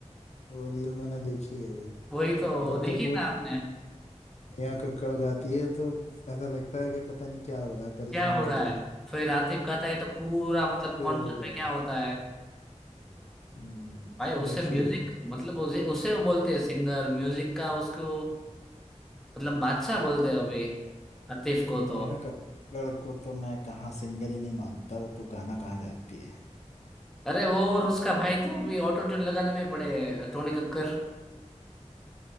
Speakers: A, on the left; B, in the centre.
A: वो रील मैंने देखी है वो
B: वही तो वो
A: जब
B: देखी
A: तक वो
B: ना आपने
A: नेहा कक्कड़ गाती है तो ऐसा लगता है कि पता नहीं क्या हो रहा है परेशान
B: क्या हो रहा
A: कर रही
B: है
A: है
B: फिर आतिफ गाता है तो पूरा मतलब
A: फिर
B: कॉन्सर्ट
A: वो गाता
B: में क्या होता
A: है
B: है
A: हम्म,
B: भाई उससे
A: देखी
B: म्यूजिक
A: है
B: मतलब उसे उसे वो बोलते हैं सिंगर म्यूजिक का उसको मतलब बादशाह बोलते हैं अभी आतिफ को
A: नेहा
B: तो
A: कक्कड़ को तो मैं कहाँ सिंगर ही नहीं मानता वो तो गाना कहाँ जाती है
B: अरे वो और उसका भाई तो अभी ऑटो ट्यून लगाने में पड़े हैं, टोनी कक्कर